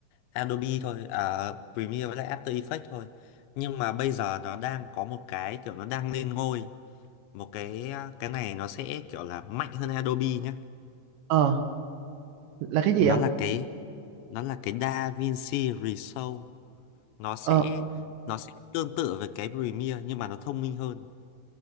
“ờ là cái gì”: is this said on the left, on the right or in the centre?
Right